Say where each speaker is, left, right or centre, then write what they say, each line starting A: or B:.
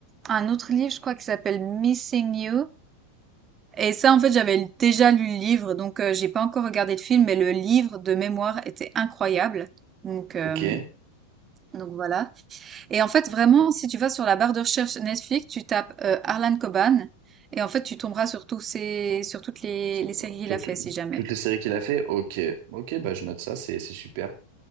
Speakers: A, on the right; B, on the right.
A: un autre livre, je crois qui s'appelle Missing You. Et ça, en fait, j'avais déjà lu le livre, donc euh, j'ai pas encore regardé le film, mais le livre de mémoire était incroyable. Donc, euh,
B: Ok. C'est-
A: donc voilà. Et en fait, vraiment, si tu vas sur la barre de recherche Netflix, tu tapes euh, Harlan Coban, et en fait, tu tomberas sur tous ces, sur toutes les,
B: euh,
A: les séries
B: sur
A: qu'il a fait,
B: tout-
A: si jamais.
B: toutes les séries qu'il a fait? Ok. Ok, bah je note ça, c'est c'est super.